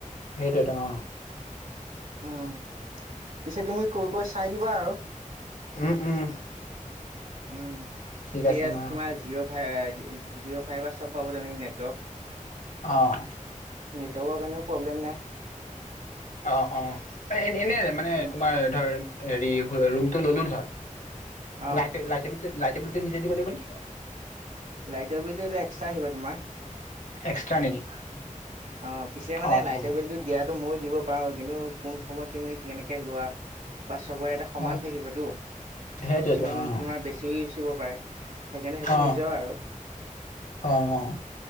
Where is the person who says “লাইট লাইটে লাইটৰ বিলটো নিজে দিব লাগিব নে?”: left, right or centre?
Left